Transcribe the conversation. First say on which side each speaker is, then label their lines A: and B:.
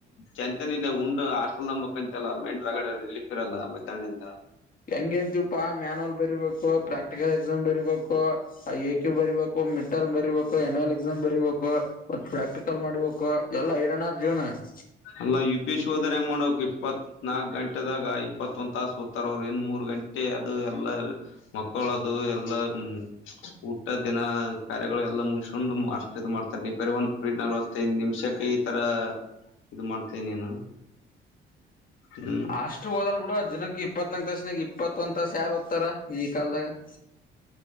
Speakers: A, on the left; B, on the left.
A: ಜನಂತನಲ್ಲ ಉಂಡ್ ಹಾಸ್ಟೆಲ್ ಆಗ ಮುಕ್ಕಂತಲ್ಲ ಮೈಂಡ್ ರರಗಡೆ ರಿಲಫ್ ಇರಲ್ಲ ಮಧ್ಯಾಹ್ನಿಂದ
B: ಹೆಂಗ ಎಂತೀಪಾ ಮ್ಯಾನಲ್ ಬರೀಬೇಕು ಪ್ರಾಕ್ಟಿಕಲ್ ಎಕ್ಸಾಮ್ ಬರೀಬೇಕು ಹೇ, ಯಾಕೆಬಾರಿಬೆಕ್ಕೂ.. <unintelligible> ಮಿಡ್ಟರ್ಮ್, ಬರಿಬೇಕು ಅನ್ಯಲ್ ಎಕ್ಸಾಮ್, ಬರೀಬೇಕು, ಮತ್ತೆ, ಪ್ರಾಕ್ಟಿಕಲ್ ಮಾಡ್ಬೇಕು! ಎಲ್ಲಾ ಇರೋನ, ಜೀವನ. <unintelligible>
A: ಅಲ್ಲ, ಯು, ಪಿ, ಸಿ, ಹೆಂಗು, ಮಾಡಬೇಕು, ಇಪ್ಪತ್. <unintelligible> ನಾಕ್, ಗಂಟೆದಾಗ, ಇಪ್ಪತ್ತು, ಒಂದ್, ತಾಸು ಒತ್ತರು, ಅವರು, ಇನ್ನ, ಮೂರ್ ಗಂಟೆ ಅದು ಎಲ್ಲ, ಮಕ್ಕಳದು! <unintelligible> ಎಲ್ಲ, ಹ್ಮ, ಊಟ ದಿನ ಕಾರ್ಯಗಳು ಎಲ್ಲ ಮುಗಸ್ಕೊಂಡು ಅಷ್ಟು, ಇದು, ಮಾಡ್ತಾರೆ! ನೀನೂ, ಬರಿ, ಒಂದು. <unintelligible> ಸ್ಪೀಡ್, ನಲ್ವತ್ತೈದು, ನಿಮಿಷಕ್ಕೆ, ಇತರ, ಇದು, ಮಾಡ್ತೀಯ, ನೀನು? <inaudible> ಹ್ಮ್
B: ಅಷ್ಟು ಓದಲ್ ಬಿಡು ದಿನಕ್ಕೆ ಇಪ್ಪತ್ ನಾಲ್ಕುಡಯ್ಸ್, ತಸನಾಗ, ಇಪ್ಪತ್ತು, ಒಂದು, ತಾಸು, ಯಾರು, ಓದತಾರ, ಈ ಕಲ್ದಾಗ! <inaudible>